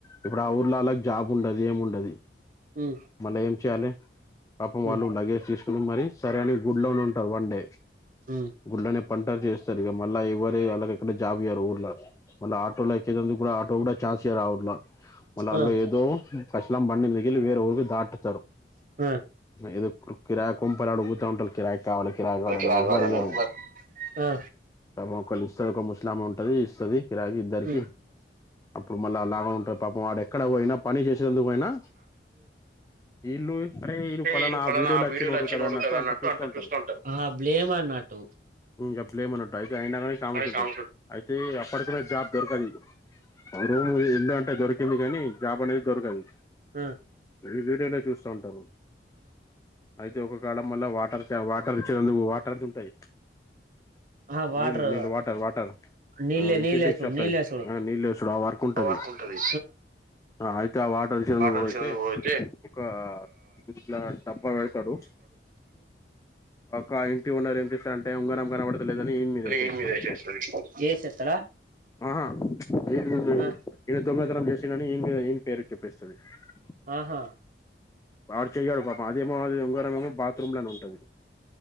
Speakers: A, on the left; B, on the right.
A: ఇప్పుడు ఆ ఊర్లల జాబ్ ఉండది ఏమి ఉండదు
B: ఉమ్
A: మళ్ళా ఏం చేయాలి పాపం వాళ్ళు
B: ఉమ్
A: లగేజ్ తీసుకుని మరి సరే అని గుడ్ లో ఉ త వన్ డే
B: ఉమ్
A: గుళ్ళనే పంటరు చేస్తారు ఇక మళ్ళా ఎవరే
B: ఆ
A: అలాగ ఇక్కడ జాబియరు ఊర్లో మళ్ళా ఆటోలో ఎక్కిలు కూడా ఆటో కూడా రావుర్లా మళ్ళ వాళ్ళు
B: ఆ
A: ఏదో పస్లాం బండి దిగిలి వేరే ఊరికి దాటుతారు
B: ఆ
A: ఏదో కిరాంపల అడుగుతా ఉంట కిరాయి కావాలికిి రాజ వాళ్ళని
B: పనికి రాని
A: ఎవ్వరియ్యరు
B: ఎవ్వర్ ఆ
A: త ఒకళ ఇస్తుంది ఒక ముస్లామ ఉంటది ఇస్తుంది కిరాగి ఇద్దరికి
B: ఉమ్
A: ఇప్పుడు మళ్ళీ అలాగ ఉంటారు పాపం వాడ ఎక్కడ పోయినా పని చేసేందుకు అయినా వీళ్ళు అరే ఈ ఫలానా
B: ఈడు
A: ఆ వీడియోలు వచ్చినోడు
B: వీడియోలో
A: కదా అన్నట్టు అంత చూస్తూ
B: అంట
A: ఉంటారు
B: చూస్తుంటారు ఆ బ్లేమ్ అన్నట్టు
A: ప్పు లేమ అన్నట్టు అయితే అయినా కానే కామ
B: ఆ ఆ
A: చ
B: ఆ
A: అయితే అప్పటి కూడా జాబ్ టది ఆ రూమ్ ఎల్ళ అంటే దొరికింది కానీ జాబ్ అనేది దొరకదు
B: ఉం
A: ఈ వీడియోనే చూస్తా ఉంటాము అయితే ఒక కాడ మళ్ళ వాటర్ వాటర్ ఇచ్చేందుకు వాటర్ పరి
B: ఆ
A: <unintelligible>
B: వాటర్
A: నీళ్ళు నీళ్ళు వాటర్ వాటర్
B: నీళ్ళే
A: ఇంటింటికీ
B: నీళ్ళేసుడు
A: సప్లై
B: నీళ్ళేసుడు
A: ఆ నీళ్ళు వేసుడు ఆ వర్క్ ఉంటది
B: వర్క్ ఉంటది
A: అహ అయితే ఆ వాటర్ <unintelligible>
B: ఆటో తీసేందుకు పోతే
A: ఒక ఇట్లా డబ్బా పెడతాడు ఒక్క ఇంటి ఓనర్ ఏం చేస్తారు అంటే ఉంగరం కనబడతలేదని ఇయన మీద
B: అని
A: వేసేస్తది
B: ఈయన ఏసేస్తది ఏసేత్తడా
A: ఆా ఏ
B: ఆ
A: ఇ తొంగ <unintelligible> చేసిని ఈ మీద ఈ పేరు చెప్పేస్తుంది <unintelligible>
B: ఆహా
A: వాడు చెయ్యడు పాపం అదేమో అది ఉంగరం ఏమో బాత్రూమ్ లోనే ఉంటది